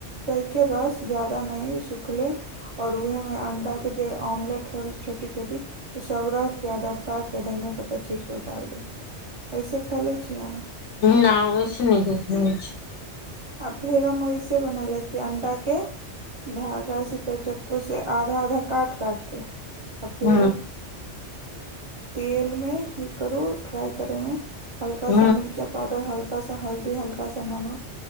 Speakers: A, on the right; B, on the left.
A: तैके रस ज्यादा नहि सुखले और उहे में अंडा के जे ऑमलेट होल छोटी छोटी ओ सब रख के रक के धनिया पत्ता छीटके उतारि दे ओैसे खा लै छी अहाँ
B: नहि ओहिसँ नीक
A: आ फेर हम ओहिस बनले छी अंडा के धागा से चाहे चक्कू से आधा आधा काट काटके आ फिर
B: ह
A: तेलमे की करू फ्राइ करैमे हल्का
B: ह
A: सा मिर्चा पाउडर हल्क हल्का सा हल्दी हल्का सा नमक